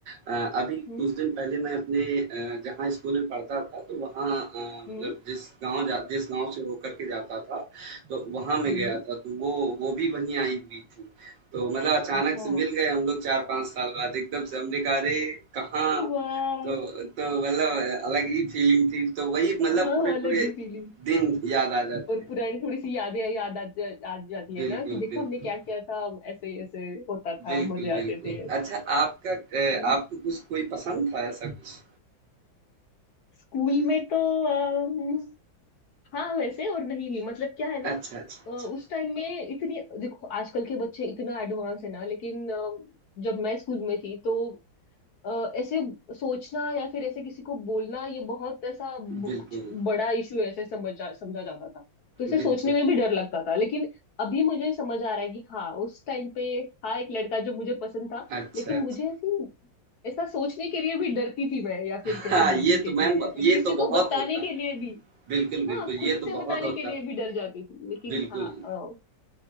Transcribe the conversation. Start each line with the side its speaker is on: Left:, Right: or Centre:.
Right: अ, अभी
Left: हम्म
Right: कुछ दिन पहले मैं अपने अ, जहाँ स्कूल में पढ़ता था तो वहाँ अ, मतलब
Left: हम्म
Right: जिस गाँव जा जिस गाँव से होकर के जाता था, तो वहाँ मैं
Left: हम्म
Right: गया
Left: हम्म।
Right: था तो वो वो भी वहीं आई हुई थी। तो मतलब अचानक
Left: अच्छा
Right: से मिल गए हम लोग 4-5 साल बाद एकदम से हमने कहा अरे! कहाँ?
Left: वाह
Right: तो तो मतलब अलग ही फीलिंग थी। तो वही
Left: हाँ,
Right: मतलब
Left: हाँ,
Right: पूरे-पूरे
Left: अलग ही फीलिंग
Right: दिन याद आ जाते
Left: और
Right: हैं।
Left: पुरानी थोड़ी सी यादें याद आ, जा, आ जाती
Right: बिल्कुल,
Left: है ना कि देखो
Right: बिल्कुल।
Left: हमने क्या किया था हम ऐसे ऐसे होता था
Right: बिल्कुल,
Left: मजे
Right: बिल्कुल।
Left: आते थे
Right: अच्छा आपका अ,
Left: हम्म,
Right: आपको कुछ कोई पसंद था ऐसा कुछ?
Left: स्कूल में तो अम, हाँ वैसे और नहीं भी मतलब क्या है ना
Right: अच्छा, अच्छा, अच्छा।
Left: अ, उस टाइम में इतनी देखो आजकल के बच्चे इतना एडवांस है ना लेकिन अ, जब मैं स्कूल में थी तो अ, ऐसे सोचना या फिर ऐसे किसी को बोलना ये बहुत ऐसा ब-
Right: बिल्कुल,
Left: कुछ बड़ा इशू ऐसे समझा समझा जाता था तो इसे
Right: बिल्कुल।
Left: सोचने में भी डर लगता था लेकिन अभी मुझे समझ आ रहा है कि हाँ उस टाइम पे हाँ एक लड़का जो मुझे पसंद था
Right: अच्छा,
Left: लेकिन
Right: अच्छा।
Left: मुझे ऐसी ऐसा सोचने के लिए भी डरती थी मैं या फिर
Right: हाँ,
Left: कैसे बोलने
Right: ये तो
Left: के
Right: मैम
Left: लिए
Right: ब
Left: या फिर
Right: ये
Left: किसी
Right: तो बहुत
Left: को बताने
Right: होता
Left: के
Right: है।
Left: लिए भी
Right: बिल्कुल, बिल्कुल,
Left: हाँ खुद
Right: ये तो
Left: से
Right: बहुत
Left: बताने
Right: होता
Left: के लिए
Right: है।
Left: भी डर जाती थी लेकिन
Right: बिल्कुल।
Left: था अ,